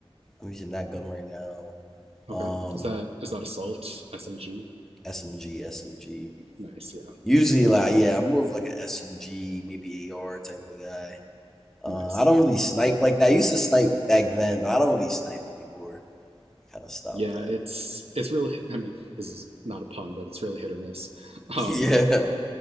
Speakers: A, in the centre; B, on the right.
A: I'm using that gun right now.
B: Okay.
A: Um,
B: Is that is that assault SMG?
A: SMG, SMG.
B: Nice. Yeah.
A: Usually, like, yeah, I'm more of like a SMG, maybe AR type of guy.
B: Nice.
A: Uh, I don't really snipe like that. I used to snipe back then, but I don't really snipe anymore. I kind of stopped
B: Yeah.
A: that.
B: It's it's really. I mean, this is not a pun, but it's really hit or miss.
A: <laughs>
B: Um,
A: Yeah.